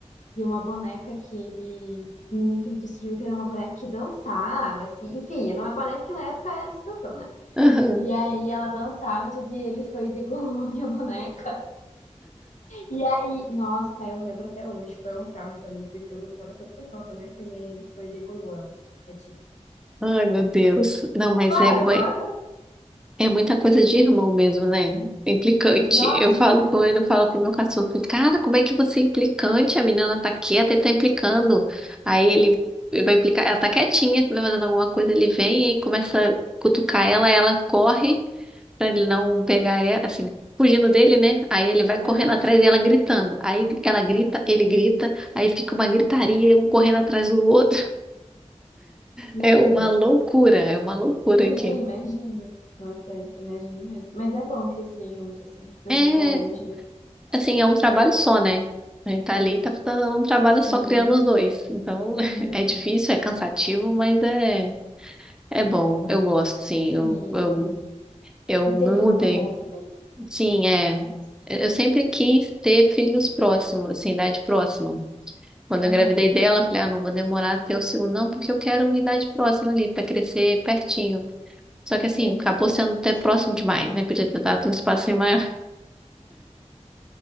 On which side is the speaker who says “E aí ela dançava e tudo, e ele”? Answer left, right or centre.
Left